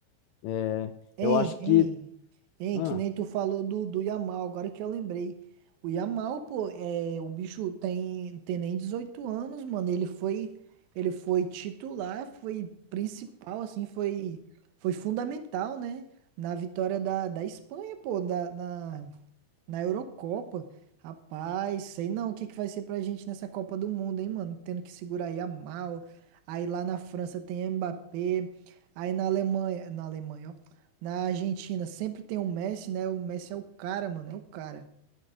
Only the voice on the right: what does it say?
Hein,
hein,
hein,
que nem tu falou do, do Yamal, agora que eu lembrei. O Yamal, pô, é, o bicho tem, tem nem 18 anos, mano. Ele foi, ele foi titular, foi principal, assim, foi, foi fundamental, né? Na vitória da, da Espanha, pô, da, na, na Eurocopa, rapaz, sei não o que que vai ser pra gente nessa Copa do Mundo, hein, mano? Tendo que segurar aí a Mal. Aí lá na França tem Mbappé. Aí na Alemanha, na Alemanha, ó. Na Argentina sempre tem o Messi, né? O Messi é o cara, mano, é o cara.